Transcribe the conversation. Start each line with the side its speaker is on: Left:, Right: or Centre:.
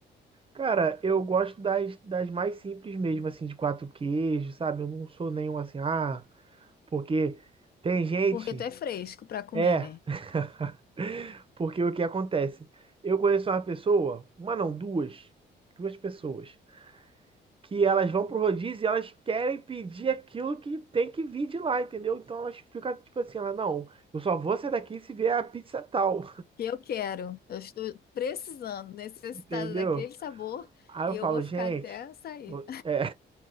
Right: Cara, eu gosto das, das mais simples mesmo, assim, de quatro queijos, sabe? Eu não sou nenhum assim, ah, porque tem gente.
Left: Porque tu é fresco pra comer,
Right: É,
Left: né?
Right: <laughs> porque o que acontece? Eu conheço uma pessoa, uma não, duas, duas pessoas, que elas vão pro rodízio e elas querem pedir aquilo que tem que vir de lá, entendeu? Então elas ficam tipo assim, ela, não, eu só vou sair daqui se vier a pizza tal,
Left: Que eu quero. Eu estou precisando, necessitada
Right: <laughs> entendeu?
Left: daquele sabor
Right: Aí
Left: e
Right: eu falo,
Left: eu vou ficar
Right: gente,
Left: até sair.
Right: vo- é,